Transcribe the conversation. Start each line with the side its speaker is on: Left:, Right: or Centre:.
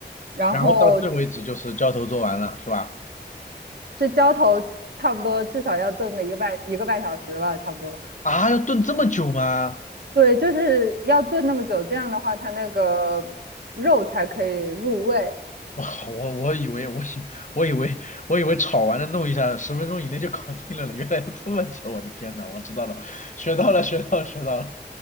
Right: 然后
Left: 然后到这为止就是浇头做完了是吧？
Right: 这浇头差不多至少要炖个一个半一个半小时吧，差不多。
Left: 啊，要炖这么久吗？
Right: 对，就是要炖那么久，这样的话它那个肉才可以入味。
Left: <laughs> 哇，我我以为我以我以为我以为炒完了弄一下，十分钟以内就搞定了呢。原来要这么久，我的天呐，我知道了，学到了，学到了，学到了，